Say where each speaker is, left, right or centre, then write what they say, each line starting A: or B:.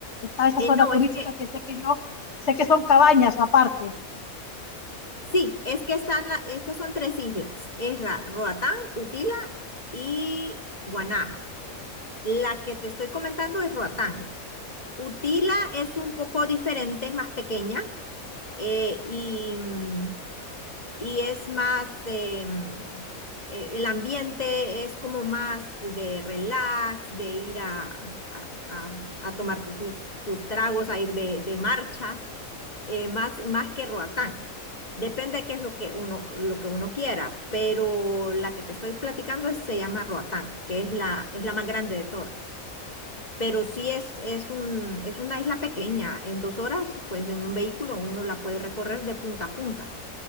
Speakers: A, on the left; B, on the left.
A: Está esa
B: eh,
A: zona
B: no,
A: turística
B: es que,
A: que sé que yo sé que son cabañas aparte.
B: sí, es que están la- es que son tres islas, es la Roatán, Utila y Guanaja. La que te estoy comentando es Roatán. Utila es un poco diferente, es más pequeña eh, y, mm, y es más, eh, mm, eh, el ambiente es como más de relax, de ir a, a- a- a tomarte tus, tus tragos, a ir de de marcha. eh, más, más que Roatán. Depende de qué es lo que uno, lo que uno quiera, pero la que te estoy platicando es- se llama Roatán, que es la, es la más grande de todas. Pero sí es, es un, es una isla pequeña. En dos horas, pues en un vehículo uno la puede recorrer de punta a punta.